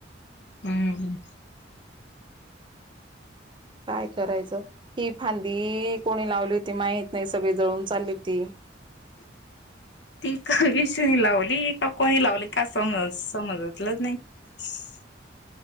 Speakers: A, on the left; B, on the right.
A: हम्म.
B: काय करायचं ही फांदी कोणी लावली होती माहत नाही सगळी जळून चालली होती. <unintelligible>
A: ती का विषनी लावली का कोणी लावली का समज समजतलं नाही. ह.